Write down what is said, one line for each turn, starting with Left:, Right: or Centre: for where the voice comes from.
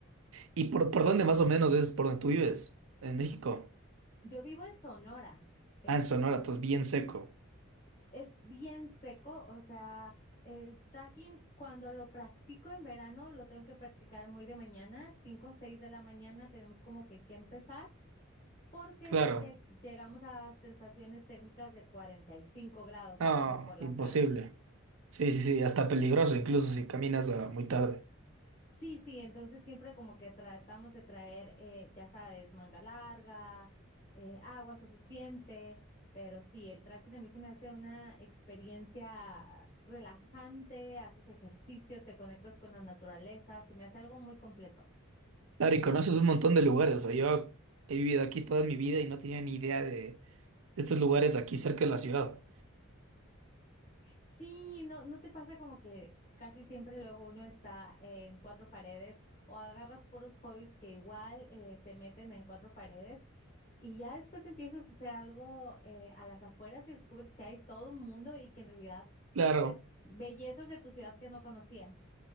Right: ¿Y por, por dónde más o menos es por donde tú vives? En México.
Left: Yo vivo en Sonora, es
Right: Ah, en Sonora, entonces bien seco.
Left: Es bien seco, o sea, el tracking cuando lo practico en verano lo tengo que practicar muy de mañana, 5, o 6 de la mañana tenemos como que, que empezar porque
Right: Claro.
Left: lle- llegamos a sensaciones térmicas de cuarenta y cinco grados
Right: Ah,
Left: a veces por la
Right: imposible.
Left: tarde.
Right: Sí, sí, sí, hasta peligroso incluso si caminas ah, muy tarde.
Left: Sí, sí, entonces siempre como que tratamos de traer, eh, ya sabes, manga larga, eh, agua suficiente, pero sí, el trekking a mí se me hace una experiencia relajante, haces ejercicio, te conectas con la naturaleza, se me hace algo muy completo.
Right: Claro, y conoces un montón de lugares. O sea, yo he vivido aquí toda mi vida y no tenía ni idea de, de estos lugares aquí cerca de la ciudad.
Left: Sí, no, ¿no te pasa como que casi siempre luego uno está en cuatro paredes o agarras puros hobbies que igual eh, te meten en cuatro paredes y ya después empiezas a hacer algo eh, a las afueras y descubres que hay todo un mundo y que en realidad,
Right: Claro,
Left: pues, bellezas de tu ciudad que no conocías?